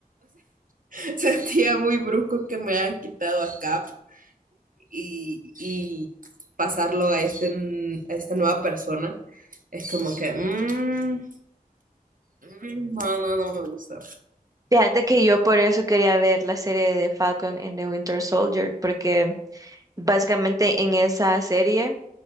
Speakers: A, on the right (about 65°); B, on the right (about 20°).
A: <laughs> Sentía muy brusco que me hayan quitado a Cap y, y pasarlo a, este, a esta nueva persona. Es como que, mm, mm, no, no, no me gusta.
B: Fíjate que yo por eso quería ver la serie de Falcon and the Winter Soldier, porque básicamente en esa serie